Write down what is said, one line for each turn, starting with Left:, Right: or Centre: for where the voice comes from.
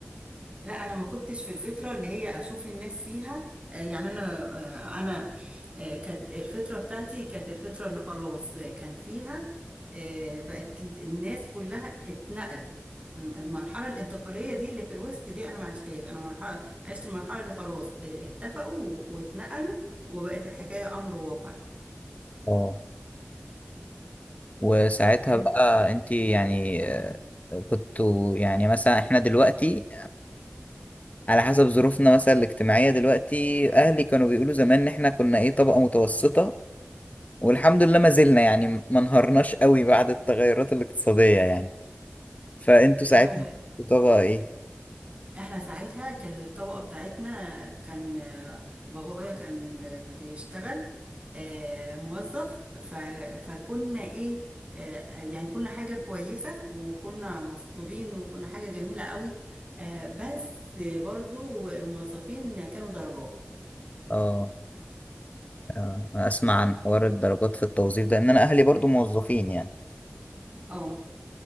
Right: لا انا ما كنتش في الفتره اللي هي اشوف الناس فيها آه، يعني انا آه، انا آه، كانت الفتره بتاعتي كانت الفتره اللي خلاص آه، كان فيها آه، بقت الناس كلها اتنقلت المرحله الانتقاليه دي اللي في الوسط دي انا ما عشتهاش انا مرحله عشت المرحله اللي خلاص آه، اتفقوا واتنقلوا وبقت الحكايه امر واقع
Left: آه. وساعتها
Right: كان-
Left: بقى انت يعني آه، كنتوا يعني مثلا احنا دلوقتي على حسب ظروفنا مثلا الاجتماعية دلوقتي أهلي كانوا بيقولوا زمان إن إحنا كنا إيه طبقة متوسطة والحمد لله ما زلنا يعني ما انهارناش قوي بعد التغيرات الاقتصادية يعني فأنتوا ساعتها
Right: هو
Left: كنتوا طبقة إيه؟
Right: احنا ساعتها كانت الطبقة بتاعتنا كان آه، بابايا كان آه، بيشتغل آه، موظف ف... فكنا ايه آه، يعني كنا حاجة كويسة وكنا مستورين وكنا حاجة جميلة قوي آه، بس برضو الموظفين كانوا درجات
Left: آه آه، أسمع عن حوار الدرجات في التوظيف ده إن أنا أهلي برضو موظفين يعني
Right: اه